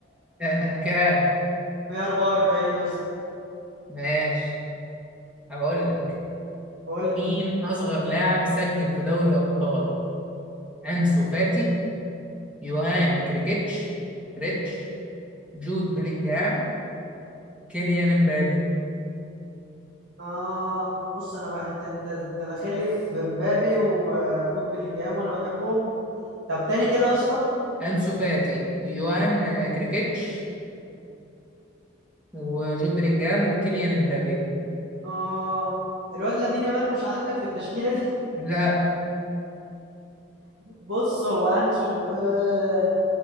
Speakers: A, in the centre; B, on the right.
A: <laughs> كام
B: 144 يا اسطى
A: ماشي هقول لك
B: قول
A: مين
B: لي
A: أصغر لاعب سجل في دوري الأبطال؟ أنسو فاتي، يوهان كريكيتش، كريتش، جود بلينجهام، كيليان امبابي.
B: اه بص انا بقى انت انت انت داخل لي في مبابي وجود بلينجهام وانا بحبهم طب تاني كده يا اسطى
A: أنسو فاتي، يوهان آه، كريكيتش، وجود بلينجهام وكيليان امبابي.
B: اه الواد لامين يامال مش عندك في التشكيله دي
A: لا
B: <laughs> بص هو هنشوف آه